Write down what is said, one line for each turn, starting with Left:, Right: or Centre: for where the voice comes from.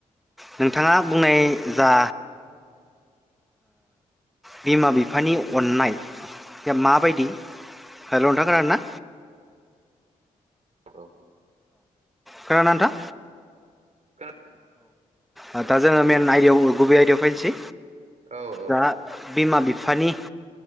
Centre: नोंथाङा बुंनाय जा बिमा बिफानि अननाय या माबायदि हेल' नोंथां खोनादों ना?
Right: औ।
Centre: खोनादोना नोंथां?
Right: खोना
Centre: आ दा जोङो मेन आयदायाव ओ गुबै आयदायाव फैनोसै।
Right: औ औ
Centre: जा बिमा बिफ फानि